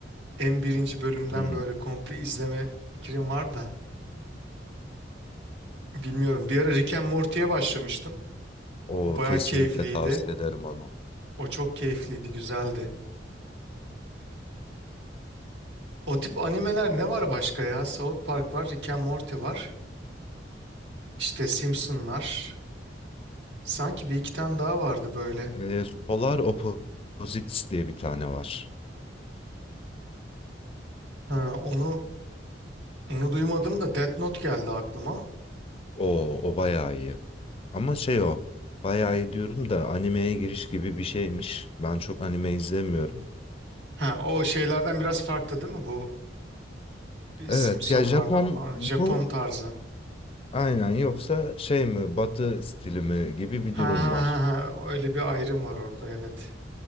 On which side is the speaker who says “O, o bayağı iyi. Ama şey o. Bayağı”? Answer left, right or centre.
Left